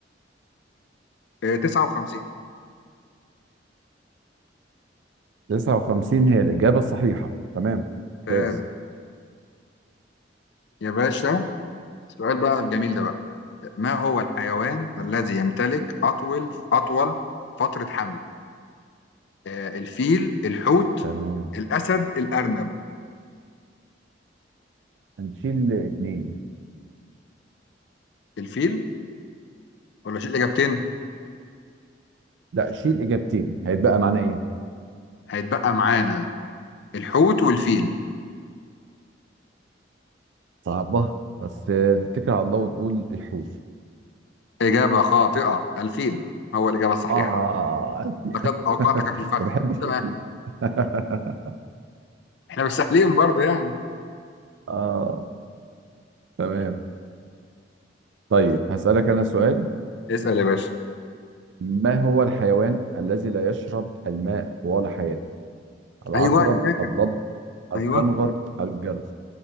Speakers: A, on the left; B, on the right.
A: آه 59
B: 59 هي الإجابة الصحيحة تمام
A: ممتاز
B: ممتاز
A: يا باشا السؤال بقى الجميل ده بقى. ما هو الحيوان الذي يمتلك أطول أطول فترة حمل؟ آه، الفيل، الحوت،
B: تمام
A: الأسد، الأرنب،
B: هنشيل اتنين
A: الفيل ولا شيل إجابتين؟
B: لا شيل اجابتين هيتبقى معانا ايه
A: هيتبقى معانا الحوت والفيل.
B: صعبة بس آه، نتكل على الله ونقول الحوت
A: إجابة خاطئة، الفيل هو الإجابة الصحيحة.
B: اه <laughs>
A: لقد أوقعتك في الفخ.
B: ما بحبش
A: تمام،
B: <laughs>
A: إحنا مش سهلين برضه يعني.
B: اه تمام طيب هسألك انا سؤال
A: اسأل يا باشا.
B: ما هو الحيوان الذي لا يشرب الماء طوال حياته العقرب
A: أيوه أنا فاكر،
B: الضب الكنغر
A: أيوه
B: الجرذ